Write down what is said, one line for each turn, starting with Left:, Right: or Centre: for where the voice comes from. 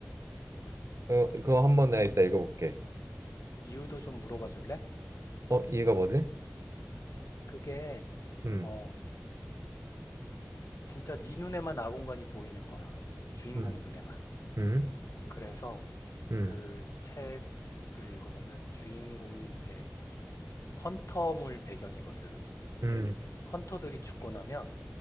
Left: 음.
Right: 어, 그거 한번 내가
Left: 이,
Right: 이따 읽어볼게.
Left: 이유도 좀 물어봐 줄래?
Right: 어, 얘가 뭐지?
Left: 그게
Right: 음,
Left: 어 진짜 네 눈에만 아공간이 보이는 거야. 주인공
Right: 음.
Left: 눈에만.
Right: 음,
Left: 그래서
Right: 음,
Left: 그 책을 읽어보면 주인공이 이제 헌터물 배경이거든. 근데
Right: 음,
Left: 헌터들이 죽고 나면